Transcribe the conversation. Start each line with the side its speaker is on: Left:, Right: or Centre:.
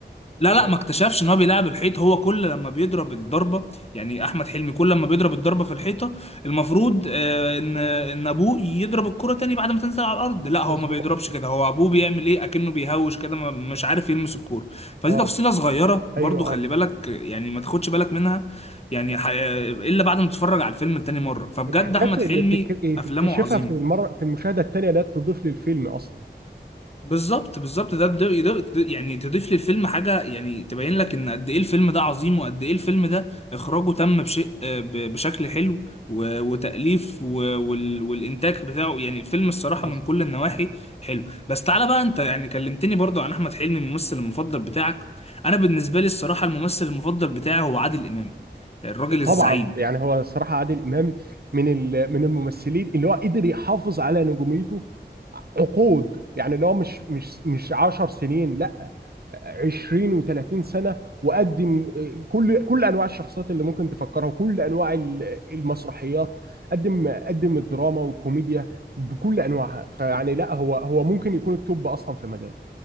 Left: لا لا
Right: يعني
Left: ما اكتشفش ان هو بيلعب الحيط هو كل لما بيضرب الضربه يعني احمد حلمي كل لما بيضرب الضربه في الحيطه المفروض آه، ان ان ابوه يضرب الكره تاني بعد ما تنزل على الارض لا هو
Right: مظبوط
Left: ما بيضربش كده هو ابوه بيعمل ايه اكنه بيهوش كده ما- مش عارف يلمس الكوره فدي
Right: اه
Left: تفصيله صغيره برضو
Right: ايوه
Left: خلي
Right: اه
Left: بالك يعني ما تاخدش بالك منها يعني ح- آه، الا بعد ما تتفرج على الفيلم تاني مره فبجد
Right: الحاجات
Left: احمد
Right: اللي
Left: حلمي
Right: بتك... بتكتشفها
Left: افلامه عظيمه
Right: في المره في المشاهده الثانيه ده تضيف للفيلم اصلا
Left: بالظبط بالظبط ده بده يض- يعني تضيف للفيلم حاجه يعني تبين لك ان قد ايه الفيلم ده عظيم وقد ايه الفيلم ده اخراجه تم بشيء آه، ب- بشكل حلو و- وتاليف و- وال- والانتاج بتاعه يعني الفيلم الصراحه
Right: مظبوط.
Left: من كل النواحي حلو بس تعالى بقى انت يعني كلمتني برضو عن احمد حلمي الممثل المفضل بتاعك انا بالنسبه لي الصراحه الممثل المفضل بتاعي هو عادل امام الراجل الزعيم
Right: طبعا يعني هو صراحه عادل امام من ال... من الممثلين اللي هو قدر يحافظ على نجوميته عقود يعني اللي هو مش مش مش 10 سنين لا 20 و30 سنه وقدم كل كل انواع الشخصيات اللي ممكن تفكرها وكل انواع المسرحيات قدم قدم الدراما والكوميديا بكل انواعها فيعني لا هو هو ممكن يكون التوب اصلا في مجاله